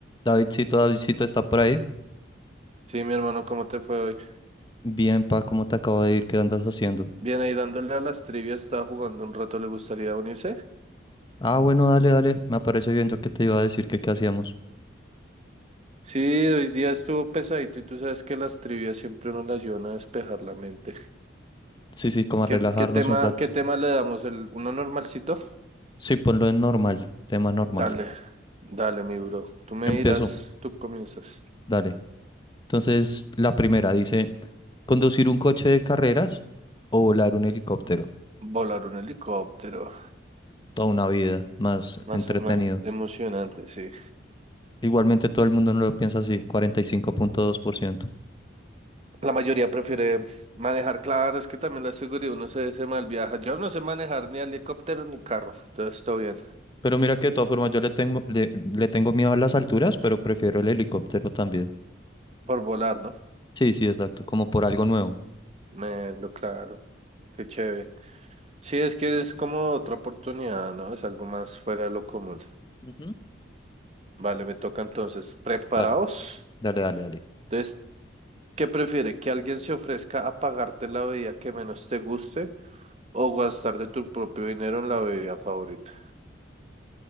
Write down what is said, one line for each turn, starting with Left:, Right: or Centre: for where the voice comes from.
Left: Davidcito, Davidcito está por ahí.
Right: Sí, mi hermano, ¿cómo te fue hoy?
Left: Bien, pa, ¿cómo te acabo de ir? ¿Qué andas haciendo?
Right: Bien, ahí dándole a las trivias, estaba jugando un rato, ¿le gustaría unirse?
Left: Ah, bueno, dale, dale. Me parece bien. Yo que te iba a decir que qué hacíamos.
Right: Sí, hoy día estuvo pesadito y tú sabes que las trivias siempre nos las ayudan a despejar la mente.
Left: Sí, sí, como a
Right: ¿Qué,
Left: relajarnos
Right: qué tema,
Left: un rato.
Right: qué tema le damos? ¿El, uno normalcito?
Left: Sí, ponlo en normal, tema normal.
Right: Dale, dale, mi bro. Tú me
Left: Empezó,
Right: dirás, tú comienzas.
Left: dale. Entonces, la primera dice, conducir un coche de carreras o volar un helicóptero.
Right: Volar un helicóptero,
Left: Toda una vida más
Right: más,
Left: entretenido.
Right: más emocionante, sí.
Left: Igualmente todo el mundo no lo piensa así, cuarenta y cinco punto dos por ciento.
Right: La mayoría prefiere manejar, claro, es que también la seguridad uno se, se mal viaja. Yo no sé manejar ni helicóptero ni carro, entonces todo bien.
Left: Pero mira que de todas formas yo le tengo, le, le tengo miedo a las alturas, pero prefiero el helicóptero también.
Right: Por volar, ¿no?
Left: Sí, sí, exacto, como por algo nuevo.
Right: Melo, claro, qué chévere. Sí, es que es como otra oportunidad, ¿no? Es algo más fuera de lo común.
Left: Ujú.
Right: Vale, me toca entonces. ¿Preparados?
Left: Dale, dale, dale, dale.
Right: Entonces, ¿qué prefiere? ¿Que alguien se ofrezca a pagarte la bebida que menos te guste o gastar de tu propio dinero en la bebida favorita?